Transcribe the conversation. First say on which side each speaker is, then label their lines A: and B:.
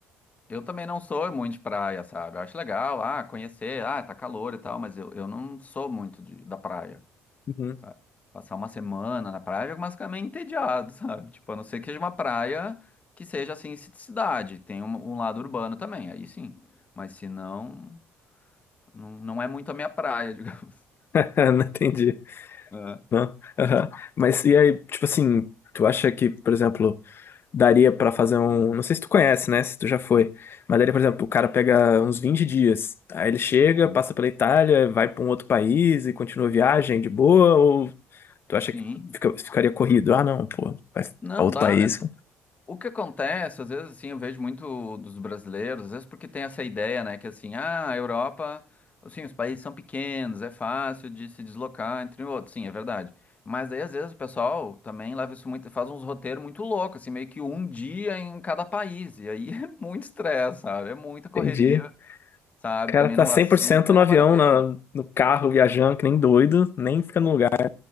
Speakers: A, on the left (about 25°); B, on the left (about 45°).
A: eu também não sou muito de praia, sabe? Eu acho legal, ah, conhecer, ah, tá calor e tal, mas eu, eu não sou muito de, da praia.
B: Uhum.
A: sabe? Passar uma semana na praia, eu ficar meio entediado, <laughs> sabe? Tipo, a não ser que seja uma praia que seja assim, ci- cidade, tem um, um lado urbano também, aí sim. Mas se não, não, não é muito a minha praia, <laughs> digamos.
B: <laughs> Não entendi.
A: É.
B: Não. Aham. Mas e aí, tipo assim, tu acha que, por exemplo, daria pra fazer um. Não sei se tu conhece, né? Se tu já foi. Mas daria, por exemplo, o cara pega uns 20 dias. Aí ele chega,
A: Hum.
B: passa pela Itália, vai pra um outro país e continua a viagem de boa? Ou tu acha
A: Sim.
B: que fica- ficaria corrido? Ah, não, pô, vai
A: Não,
B: pra outro
A: dá.
B: país.
A: O que acontece, às vezes, assim, eu vejo muito dos brasileiros, às vezes porque tem essa ideia, né, que assim, ah, a Europa, assim, os países são pequenos, é fácil de se deslocar entre outros, sim, é verdade. Mas aí, às vezes, o pessoal também leva isso muito, faz uns roteiros muito loucos, assim, meio que um dia em cada país, e aí <laughs> é muito estresse, sabe, é muita correria,
B: Entendi.
A: sabe,
B: O cara
A: também
B: tá
A: não,
B: cem
A: assim,
B: por cento
A: também
B: no
A: não
B: avião,
A: vale a pena.
B: na- no carro, viajando, que nem doido, nem fica no lugar.